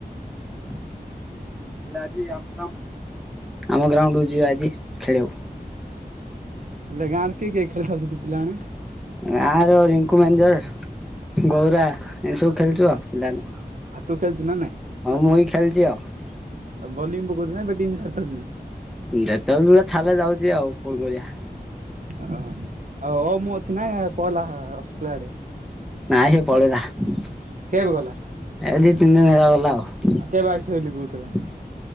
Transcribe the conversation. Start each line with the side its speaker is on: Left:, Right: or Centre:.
Centre: ହେଲେ ଆଜି ଆମ ଆମ ଗ୍ରାଉଣ୍ଡକୁୁ ଯିବା ଆଜି ଖେଳିବାକୁ।
Right: ହେଲେ ଗାଁରେ କିଏ କିଏ ଖେଳିଥାଉଛନ୍ତିୁ ପିଲାମାନେ।
Centre: ଗାଁ ର ରିଙ୍କୁ ମ୍ୟାନେଜର। ଗୌରା ଏ ସବୁ ଖେଳୁଛୁ ଆଉ। <unintelligible>
Right: ଆଉ ତୁ ଖେଳୁଛୁ ନା ନାଇଁ?
Centre: ହଁ ମୁଁ ଇ ଖେଳିଛି ଆଉ।
Right: ଉ ବୋଲିଂ ପକଉଥିଲା ନା ବ୍ୟାଟିଂ। <unintelligible>
Centre: ଯେତେବେଳେ <unintelligible> ଯାଉଛି ଆଉ କଣ କରିଆ।
Right: ହଁ ହଉ ହଉ ମୁଁ ଅଛି ନା ପହିଲା <unintelligible> ଆଡେ।
Centre: ନା ସେ ପଳେଇଲା କିଏ
Right: କେବେ
Centre: ପଳେଇଲା
Right: ଗଲା
Centre: ଏ ଦି ତିନି ଦିନ ହେଲା ଗଲା ଆଉ। <unintelligible>
Right: କେବେ ଆଇସ ବୋଲି କହୁଥିଲା।